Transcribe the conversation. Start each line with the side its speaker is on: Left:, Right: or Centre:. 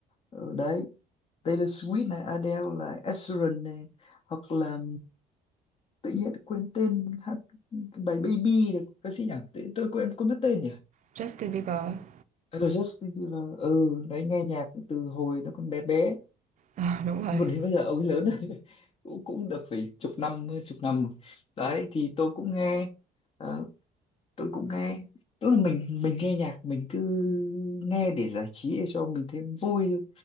Left: ờ, đấy Taylor Swift này Adele là Asheron này hoặc là tự nhiên quên tên hát cái bài Baby là ca sĩ nhỉ tôi, tôi quên quên mất tên nhỉ
Right: Justin Bieber. <laughs>
Left: ừ, Justin Bieber ừ đấy nghe nhạc từ hồi nó còn bé bé
Right: Ờ đúng
Left: <laughs>
Right: rồi.
Left: hồi đến bây giờ ông ấy lớn rồi <laughs> cũng cũng được phải chục năm hơn chục năm rồi. đấy thì tôi cũng nghe ờ, tôi cũng nghe tức là mình mình nghe nhạc mình cứ nghe để giải trí để cho mình thêm vui thôi